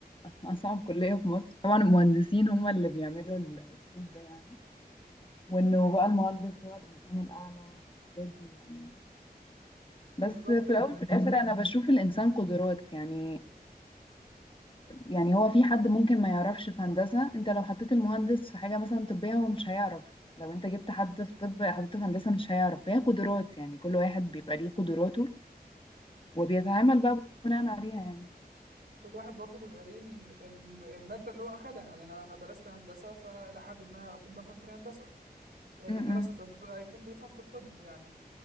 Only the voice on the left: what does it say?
اصعب كلية في مصر طبعا المهندسين هم اللي بيعملوا السيت ده يعني وانه بقى المهندس هو الانسان الاعلى والحاجات دي يعني بس
في الاول في الاخر انا بشوف الانسان قدرات يعني يعني هو في حد ممكن ما يعرفش في هندسة انت لو حطيت المهندس في حاجة مثلا طبية هو مش هيعرف لو انت جبت حد في طب حطيته في هندسة مش هيعرف هي قدرات يعني كل واحد بيبقى ليه قدراته وبيتعامل بقى بناء عليها يعني
م -م.